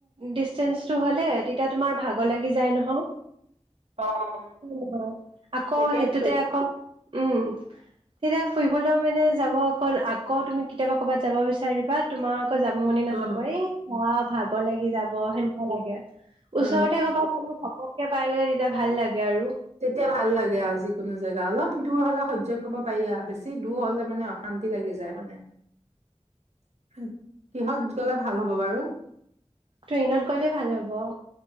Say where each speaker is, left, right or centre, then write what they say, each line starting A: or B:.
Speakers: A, on the right; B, on the right.
A: ডিচেঞ্চটো হ'লে তেতিয়া তোমাৰ ভাগৰ লাগি যায় নহয়
B: অ অ
A: নহ আকৌ
B: জেকেটটোত
A: সেইটোতে আকৌ উম তেতিয়া ফুৰিবলৈও মানে যাব অ' আকৌ তুমি কেতিয়াবা ক'ৰবাত যাব বিচাৰিবা তোমাৰ ক যাব মনে নাযাব,
B: অ
A: এই যা ভাগৰ লাগি যাব সেনেকুৱা লাগে
B: অ
A: ওচৰতে কৰবাত তেতিয়া পাই গলে তেতিয়া ভাল লাগে আৰু।
B: তেতিয়া ভাল লাগে আৰু যিকোনো জেগা অলপ দূৰ হলে হৈয্য কৰিব পাৰি আৰু বেছি দূৰ হলে মানে অশান্তি লাগি যায়। মানে কিহত গলে ভাল হব বাৰু?
A: ট্ৰেইনত গ'লে ভাল হ'ব।